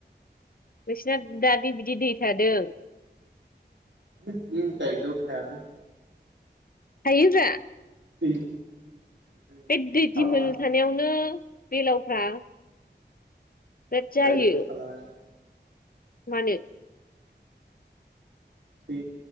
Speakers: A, on the left (about 50°); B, on the right (about 85°).
A: नोंसिना
B: गोलाव
A: दा दि बिदि दै थादों।
B: <unintelligible> उम गायग्रायाव थायालै।
A: थायोब्रा।
B: दै जों बिदि
A: बे दै
B: थालाङा
A: दिमोल थानायावनो बेलावफ्रा बिराद जायो
B: गाइग्रायाव सालांआनो
A: मानो
B: दै